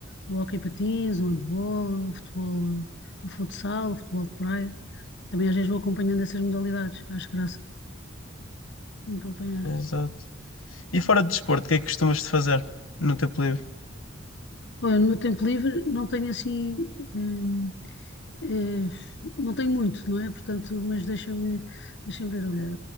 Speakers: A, on the left; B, on the left.
A: o hóquei patins, o handball, o futebol, o futsal, o futebol de praia, também às vezes vou acompanhando essas modalidades, acho graça acompanhar.
B: Exato. E fora de desporto, o que é que costumas de fazer no tempo livre?
A: Olha, no meu tempo livre não tenho assim. eh, Eh, não tenho muito, não é? Portanto, mas deixa-me deixa-me ver. Olha,